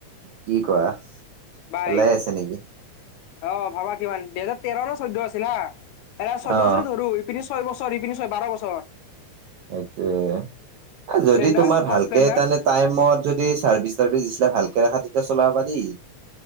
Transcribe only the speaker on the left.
বাইক
অ', ভাবা কিমান, দুহেজাৰ তেৰ নে চৈধ্য আছিল হা, এনে চৈধ্য
যদি ধৰো ইপিনি ছয় বছৰ ইপিনি ছয়, বাৰ বছৰ।
স্প্লেণ্ডাৰ
চুপাৰ
স্প্লেণ্ডাৰ